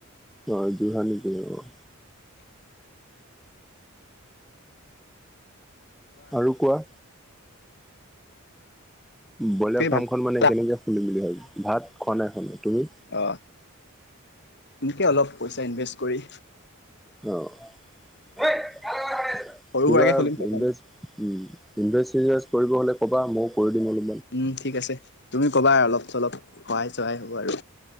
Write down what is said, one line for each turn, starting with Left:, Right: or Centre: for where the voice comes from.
Centre: নহয় যোৰহাট নেকি অ'? আৰু কোৱা? ব্ৰইলাৰ
Left: তুমি
Centre: ফ্ৰামখন
Left: ভাত
Centre: মানে
Left: খালা?
Centre: কেনেকে খুলিম বুলি <unintelligible> ভাত খোৱা নাই -খোৱা নাই তুমি?
Left: অ এনেকে অলপ পইচা ইনভেষ্ট কৰি
Centre: অহ <unintelligible>
Left: সৰু
Centre: কিবা
Left: সুৰাকে খুলিম প্ৰথম
Centre: ইনভেষ্ট, উম। ইনভেষ্ট, চিনভেষ্ট কৰিব হলে কবা ময়ো কৰি দিম অলপ
Left: উম, ঠিক আছে। তুমি কবা অলপ -চলপ সহায় -চহাই হ'ব আৰু